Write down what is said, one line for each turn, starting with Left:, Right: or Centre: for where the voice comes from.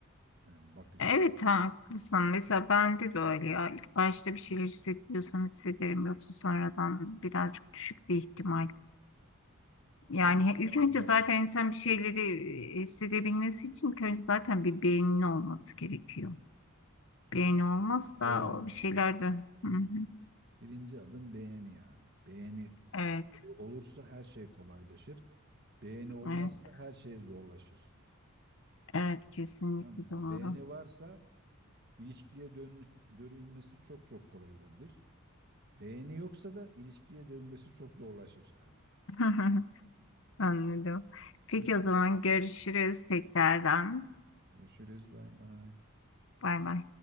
Right: yani bakış.
Left: Evet haklısın. Mesela bende de öyle ya. İlk başta bir şeyler hissediyorsam hissederim. Yoksa sonradan birazcık düşük bir ihtimal. Yani
Right: Tabii ya
Left: ilk
Right: bazıları
Left: önce zaten insan bir şeyleri e, hissedebilmesi için ilk önce zaten bir beyninin olması gerekiyor. Beyni
Right: yani
Left: olmazsa
Right: beğeni.
Left: o bir şeyler de... Hı hı.
Right: Birinci adım beğeni yani. Beğeni
Left: Evet,
Right: olursa her şey kolaylaşır. Beğeni olmazsa
Left: evet.
Right: her şey zorlaşır.
Left: Evet, kesinlikle
Right: Tamam mı?
Left: doğru.
Right: Yani beğeni varsa ilişkiye dönüş, dönülmesi çok çok kolay olabilir. Beğeni yoksa da ilişkiye dönmesi çok zorlaşır yani.
Left: <laughs> Anladım.
Right: Neyse.
Left: Peki o zaman görüşürüz tekrardan.
Right: Görüşürüz. Bay bay.
Left: Bay bay.